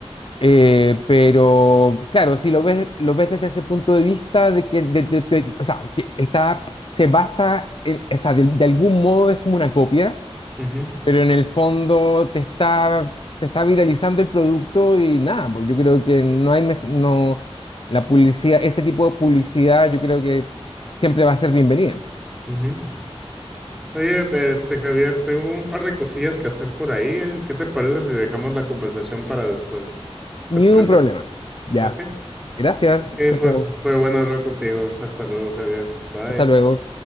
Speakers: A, on the left; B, in the centre.
A: eh, pero claro,
B: ujú,
A: si lo ves, lo ves desde ese punto de vista de que, de- de- de- o sea, que está, se basa en, o sea, de de algún modo es como una copia
B: ujú,
A: pero en el fondo te está, te está viralizando el producto y nada, pues yo creo que no hay, mej- no, la publicidad, ese tipo de publicidad yo creo que siempre va a ser bienvenida.
B: ujú. Oye, este Javier, tengo un par de cosillas que hacer por ahí. eh. ¿Qué te parece si dejamos la conversación para después?
A: Ni
B: ¿Te parece?
A: un problema. Ya.
B: Ok.
A: Gracias,
B: Ok,
A: chao,
B: fue,
A: chao.
B: fue bueno hablar contigo. Hasta luego, Javier. Bye.
A: Hasta luego.